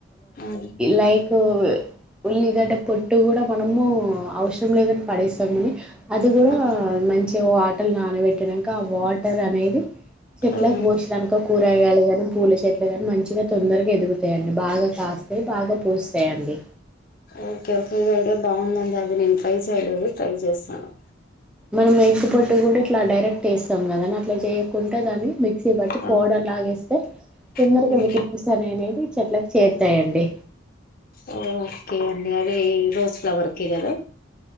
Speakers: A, on the left (about 45°); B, in the centre.
A: హ్మ్.
B: లైక్ స ఉల్లిగడ్డ పొట్టు కూడా మనము అవసరం లేదని పడేస్తామని అది కూడా
A: ఆ!
B: మంచిగా వాటర్ నానబెట్టినాక ఆ వాటర్ అనేది చెట్లకి
A: హ్మ్.
B: పోసిన్లు అనుకో కూరగాయాలు గానీ పూల చెట్ల గాని మంచిగా తొందరగా ఎదుగుతాయండి బాగా కాస్తాయి బాగా పూస్తాయండి.
A: ఓకే కే ఐడియా బాగుందండి అది నేను ట్రై చేయలేది ట్రై చేస్తాను
B: మనం ఎగ్ పొట్టి కూడా ఇట్లా డైరెక్ట్ వేస్తాం కదాని అట్లా చేయకుంటే దాన్ని మిక్స్ీ బట్టి
A: ఆ!
B: పౌడర్ లాగాేస్తే తిందరకి
A: హ్మ్.
B: విటమిన్స్ అనే చెట్లకి చేరుతాయండి
A: ఓ ఓకే అ అదే రోజ ఫ్లవర్ కిరదు